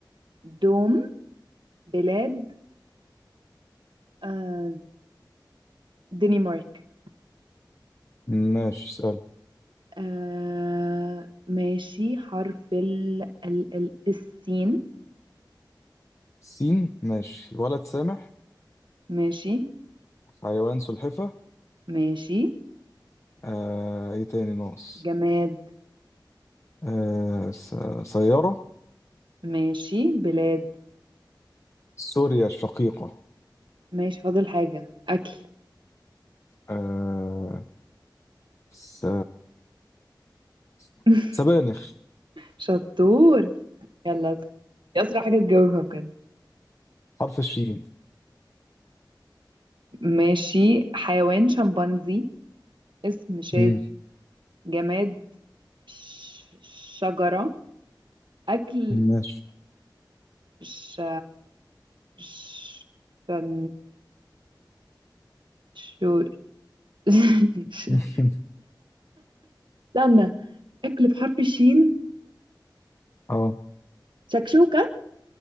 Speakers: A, on the right (about 80°); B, on the left (about 35°).
A: دوم بلاد آه دنمارك
B: ماشي سؤال
A: آه ماشي حرف ال ال ال السين
B: سين ماشي ولد سامح
A: ماشي
B: حيوان سلحفة
A: ماشي
B: آه ايه تاني ناقص
A: جماد
B: آه س- سيارة
A: ماشي بلاد
B: سوريا الشقيقة
A: ماشي فاضل حاجة أكل
B: آه س... <laughs>
A: <laughs>
B: سبانخ
A: شطور يلا دي أسرع حاجة تجاوبها بجد
B: حرف الشين
A: ماشي حيوان شمبانزي اسم شادي
B: مم.
A: جماد ش- شجرة أكل
B: ماشي
A: ش... ش... شن... شو <laughs>
B: <laughs>
A: استنى أكل بحرف الشين
B: اه
A: شكشوكة